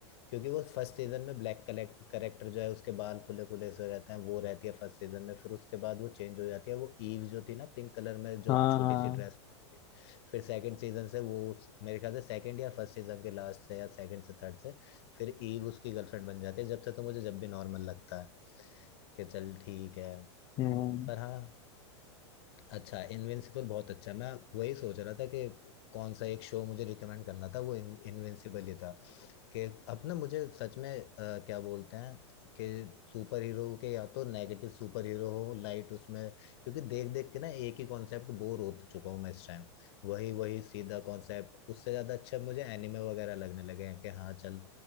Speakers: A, on the left; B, on the left.
A: क्योंकि वो फर्स्ट सीजन में ब्लैक करेक्टर जो है उसके बाल खुले खुले से हो जाते हैं वो रहती है फर्स्ट सीजन में फिर उसके बाद वो चेंज हो जाती है वो ईव जो थी ना पिंक कलर में जो
B: हाँ
A: छोटी
B: हाँ
A: सी ड्रेस फिर सेकंड सीजन से वो उस- मेरे ख्याल से सेकंड या फर्स्ट सीजन के लास्ट से या सेकंड से थर्ड से फिर ईव उसकी गर्लफ्रेंड बन जाती है जब से तो मुझे जब भी नॉर्मल लगता है कि चल ठीक है
B: हम्म
A: पर हाँ अच्छा इनविंसिबल बहुत अच्छा है। मैं वही सोच रहा था कि कौन सा एक शो मुझे रिकमेंड करना था वो इन, इनविंसिबल ही था कि अब ना मुझे सच में अ, क्या बोलते हैं कि सुपर हीरो के या तो नेगेटिव सुपर हीरो हो लाइट उसमें क्योंकि देख देख के ना एक ही कॉन्सेप्ट बोर हो तो चुका हूँ मैं इस टाइम वही वही सीधा कॉन्सेप्ट उससे ज़्यादा अच्छा मुझे एनिमे वगैरह लगने लगे हैं कि हाँ चल